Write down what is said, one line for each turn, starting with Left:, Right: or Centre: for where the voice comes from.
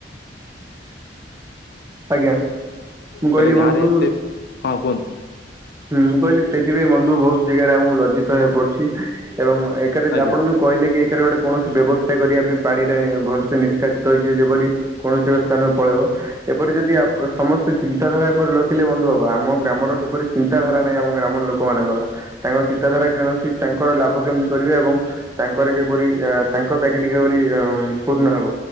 Right: ଆଜ୍ଞା। ମୁଁ
Left: କହିଲେ
Right: କହିଲି
Left: ଗାଁ
Right: ବନ୍ଧୁ
Left: ରେ ଏତେ ପ୍ ହଁ କୁହନ୍ତୁ।
Right: ହୁଁ ମୁଁ କହିଲି ସେଇଥିପାଇଁ ବନ୍ଧୁ ବହୁତ୍ ଜାଗାରେ ଆମକୁ ଲଜିତ ହେଵାକୁ ପଡୁଛି ଏବଂ ଏକେରେ
Left: ଆଜ୍ଞା
Right: ଆପଣ ଯୋଉ କହିଲେ କି ଏକେରେ ଗୋଟେ କୌଣସି ବ୍ୟବସ୍ଥା କରିବା ପାଇଁ ପାଣିଟା ଭଲସେ ନିଷ୍କାସିତ ହେଇଯିବ ଯେପରି‌। କୌଣସି ଏକ ସ୍ଥାନ କୁ ପଳେଇବ ଏପରି ଯଦି ଆପ ସମସ୍ତେ ଚିନ୍ତାଧାରା ଏପରି ରଖିଲେ ବନ୍ଧୁ ହବ ଆମ ଗ୍ରାମର ସେପରି ଚିନ୍ତାଧାରା ନାହିଁ ଆମ ଗ୍ରାମର ଲୋକ ମାନଙ୍କର ତାଙ୍କ ଚିନ୍ତାଧାରା କୌଣସି ତାଙ୍କର ଲାଭ କେମିତି କରିବେ ଏବଂ ତାଙ୍କର କିପରି ଏ ତାଙ୍କ ପ୍ୟାକେଟ କିପରି ପୂର୍ଣ୍ଣ ହବ